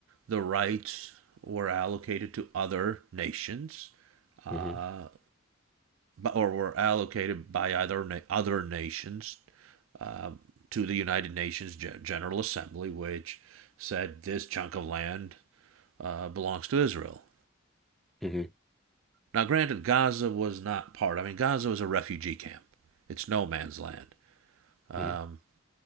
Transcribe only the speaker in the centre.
hmm
hmm
hmm